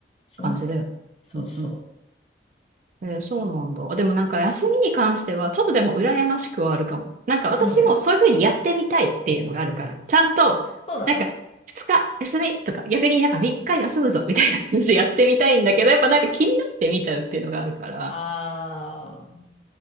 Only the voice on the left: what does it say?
そうね。
そうそ
う。ので、
そうなの
あー、